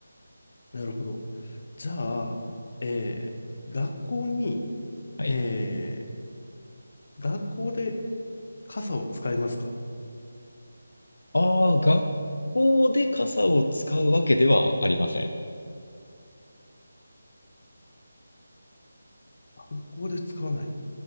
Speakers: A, on the left; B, on the left.
A: なるほど。じゃあ、えー学校に、
B: はい。
A: えー学校で傘を使いますか
B: ああ、学校で傘を使うわけではありません。
A: 学校で使わない。